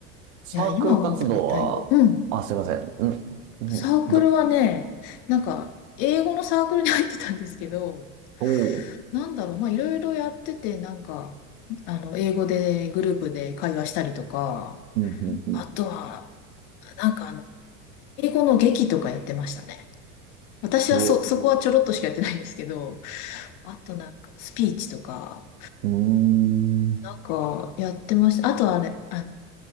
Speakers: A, on the right; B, on the left.
A: サークル活動は、
B: いや、今思うとね、大変。うん。
A: あ、すいません。うん。うんど、
B: サークルはね、なんか英語のサークルに入ってたんですけど、
A: おお、
B: なんだろう、まあいろいろやってて、なんか、あの、英語でグループで会話したりとか、
A: うん、うん、うん。
B: あとは、なんかあ英語の劇とかやってましたね。私はそ、
A: そ
B: そこはちょろっとしかやってないんですけど、あとなんかスピーチとか、
A: う。うーん。
B: なんかやってました。あとあれ、あの、